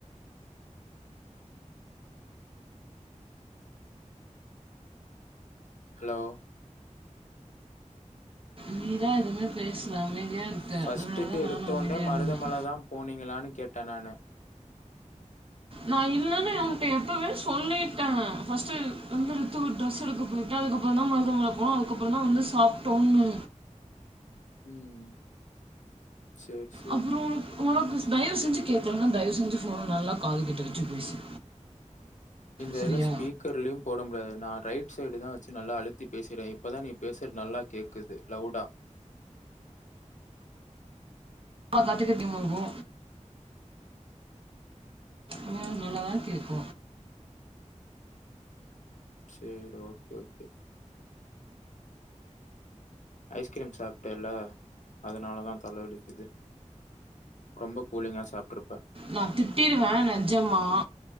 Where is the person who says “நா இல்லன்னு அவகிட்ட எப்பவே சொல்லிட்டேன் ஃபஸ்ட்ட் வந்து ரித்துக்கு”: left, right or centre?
Right